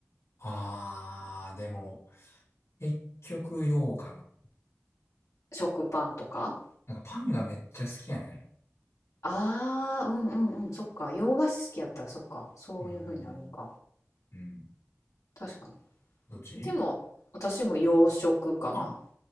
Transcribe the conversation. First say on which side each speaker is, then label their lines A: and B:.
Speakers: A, on the left (about 65°); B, on the left (about 85°).
A: あー、でも、結局、ようかな。
B: 食パンとか
A: なんかパンがめっちゃ好きやね
B: ああうんうんうん。そっか。洋菓子好きやったらそっか。そういう風になるんか。
A: ん。うん。うん。
B: 確かに。
A: どっち
B: でも、私も洋食かな。
A: あ、